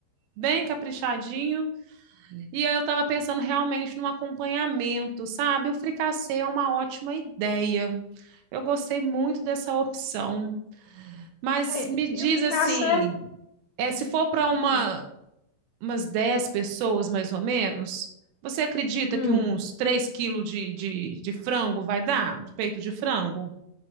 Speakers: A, on the right; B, on the left.
A: bem caprichadinho. E aí eu estava pensando realmente num acompanhamento, sabe? O fricassê é uma ótima ideia. Eu gostei muito dessa opção. Mas
B: Aí,
A: me diz
B: e o fricassê,
A: assim, é, se for para uma,
B: hum,
A: umas 10 pessoas, mais ou menos, você acredita
B: hum,
A: que uns 3 quilos de, de, de frango vai dar? De peito de frango?